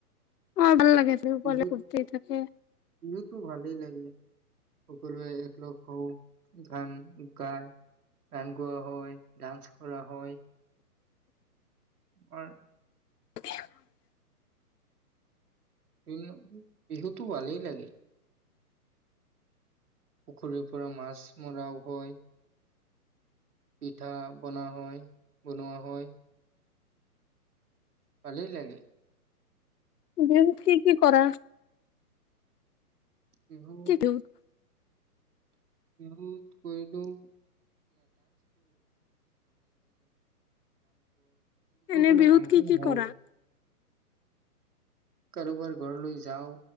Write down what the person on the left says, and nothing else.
অ' ভাল লাগে বিহু
পালে ফূৰ্তি থাকে
<inaudible>
বিহুত কি কি কৰা।
কি বিহুত
এনে
বিহুত
কি কি
কৰা